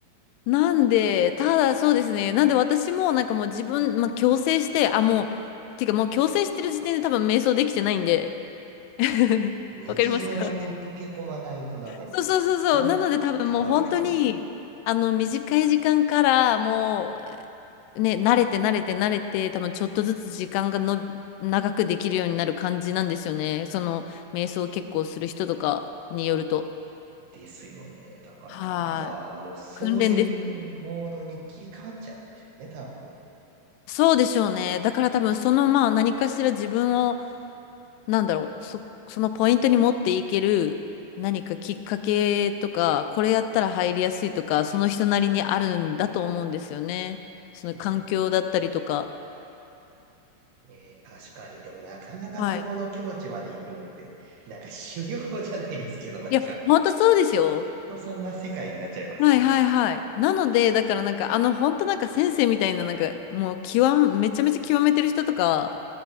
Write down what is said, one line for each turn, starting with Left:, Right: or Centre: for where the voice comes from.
Left: なんで、ただそうですね。なんで私もなんかもう自分、まあ、強制して、あ、もう、てかもう強制してる時点で多分瞑想できてないんで、<laughs>
Right: 日常に溶け込まないとダメなんですよね。
Left: わかりますかそうそうそうそう。なので多分もう本当に、
Right: 多分、
Left: あの短い時間からもうね、慣れて慣れて慣れて、多分ちょっとずつ時間がの、長くできるようになる感じなんですよね。その瞑想を結構する人とかによると。
Right: ですよね。だから、
Left: はい。
Right: まあ、もうそういうモードに切り替わっちゃうんでしょうね、
Left: 訓練です。
Right: 多分。
Left: そうでしょうね。だから多分そのまあ何かしら自分を、なんだろう、そ、そのポイントに持っていける何かきっかけとか、これやったら入りやすいとか、その人なりにあるんだと思うんですよね。その環境だったりとか。
Right: ねえ、ねえ確かに。でもなかなかそこの境地まで行くのって、
Left: はい。
Right: なんか修行じゃないですけど、なんか、
Left: いや、本当そうですよ。
Right: ほんとそんな世界になっちゃいますよね。
Left: はいはいはい。なので、だからなんかあの本当なんか先生みたいななんかもう極め、めちゃめちゃ極めてる人とか、